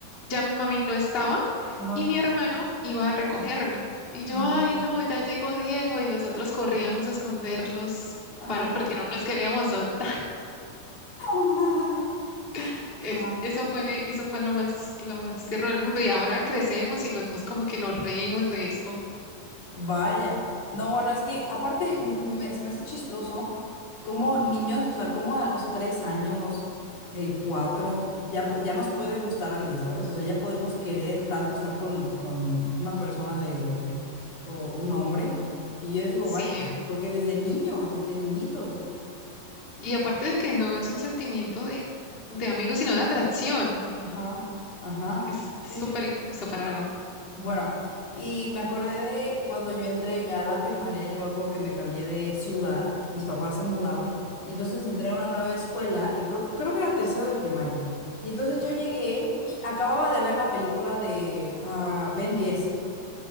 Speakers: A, on the left; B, on the left.
A: ya mi mami no estaba
B: Ajá,
A: y mi hermano iba a recogerme. Y
B: ajá,
A: yo, ay, no, ya llegó Diego y nosotros corríamos a escondernos
B: ajá.
A: para, porque no nos queríamos soltar.
B: <laughs>
A: <laughs> Es-
B: Ajá.
A: eso fue, eso fue lo más, lo más tierno del mundo y ahora crecemos y los dos como que nos reímos de eso.
B: Vaya. No, bueno, es que aparte m- me- se me hace chistoso como niños, o sea, como a los tres años, eh, cuatro, ya, po- ya nos puede gustar alguien, ¿sabes? O sea, ya podemos querer tanto estar con, con una persona de, o un hombre. Y yo digo,
A: Sí,
B: vaya,
A: eh,
B: porque desde niños, desde niñitos.
A: y aparte de que no es un sentimiento de, de amigos, sino de atracción.
B: Ajá, ajá.
A: Es es
B: Sí,
A: súper,
B: sí, sí.
A: in- súper raro.
B: Bueno, y me acordé de cuando yo entré ya a la primaria, yo me acuerdo que me cambié de ciudad, mis papás se mudaron, y entonces entré a una nueva escuela, y creo, que- creo que era tercero de primaria. Y entonces yo llegué y acababa de ver la película de ah, Ben diez